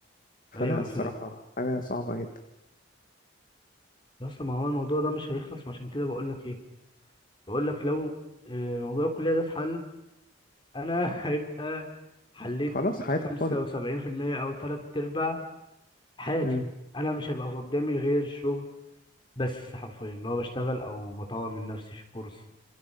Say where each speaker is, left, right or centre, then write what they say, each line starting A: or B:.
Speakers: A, on the left (about 45°); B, on the left (about 25°).
A: فلا
B: ايوه
A: الصراحه
B: انا فاهم
A: حاجه صعبه جدا
B: بس ما هو الموضوع ده مش هيخلص ما عشان كده بقول لك ايه بقول لك لو آه، موضوع الكليه ده اتحل انا <laughs> هيبقى حليت
A: خلاص حياتك
B: 75%
A: فاضيه
B: او تلات ارباع حياتي
A: امم
B: انا مش هيبقى قدامي غير شغل بس حرفيا اللي هو بشتغل او بطور من نفسي في كورس